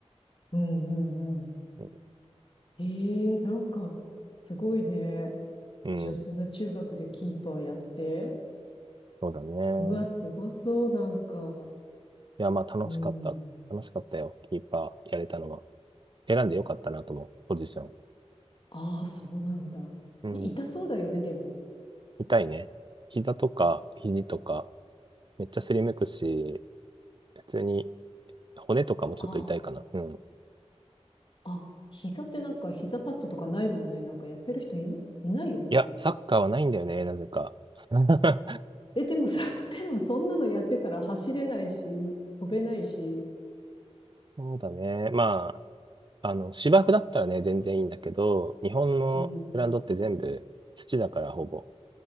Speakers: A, on the left; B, on the right.
A: うんうんうん。
B: うん、
A: ええなんか、すごいね。
B: うん
A: じゃあ、そんな中学でキーパーやって。
B: そうだね。
A: うわ、すごそう、なんか。
B: いや、まあ楽しかった。
A: うん。
B: 楽しかったよ。キーパーやれたのは。選んでよかったなと思う、ポジション。
A: ああ、そうなんだ。
B: うん。
A: い痛そうだよね、でも。
B: 痛いね。膝とか肘とか、めっちゃすりむくし、普通に骨とかもちょっと痛いかな。
A: あ
B: うん。
A: あ。あ、膝ってなんか膝パッドとかないもんね。なんかやってる人いるいないよね。
B: いや、サッカーはないんだよね、なぜか。<laughs>
A: え、でもさ、<laughs> でもそんなのやってたら走れないし、飛べないし。
B: そうだね。まあ、あの、芝生だったらね、全然いいんだけど、日本のグラウンドって全部土だからほぼ、
A: うん。